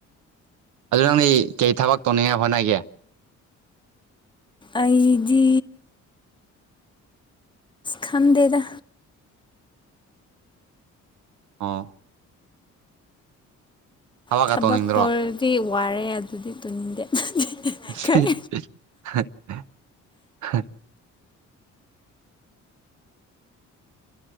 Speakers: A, on the right; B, on the left.
A: ꯑꯗꯨ ꯅꯪꯗꯤ ꯑꯩ ꯀꯔꯤ ꯊꯕꯛ ꯇꯧꯅꯤꯡꯉꯥꯏ ꯍꯣꯠꯅꯒꯦ
B: ꯑꯩꯗꯤ ꯈꯪꯗꯦꯗꯥ
A: ꯑꯥ ꯊꯕꯛꯀ
B: ꯊꯕꯛ
A: ꯇꯧꯅꯤꯡꯗ꯭ꯔꯣ
B: ꯇꯧꯔꯗꯤ ꯋꯥꯔꯦ ꯑꯗꯨꯗꯤ ꯇꯨꯅꯤꯡꯗꯦ
A: <unintelligible>
B: ꯀꯥꯏ